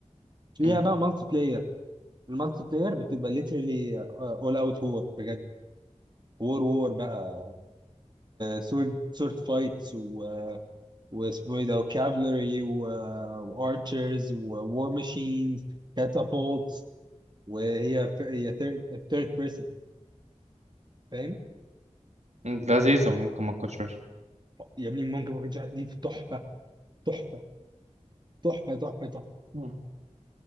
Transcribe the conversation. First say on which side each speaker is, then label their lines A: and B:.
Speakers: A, on the right; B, on the right.
A: فيها
B: مهم.
A: بقى مالتي بلاير المالتي بلاير بتبقى ليترلي اول اوت وور بجد وور وور بقى سورد سورد فايتس و واسمه ايه ده وكافلري وارشرز وور ماشينز catapults وهي ف- هي ثيرد بيرسون فاهم
B: لذيذه ممكن ما تكونش وحشة.
A: يا ابني ممكن ممكن تشرح- دي تحفه تحفه تحفه تحفه تحفه
B: مهم.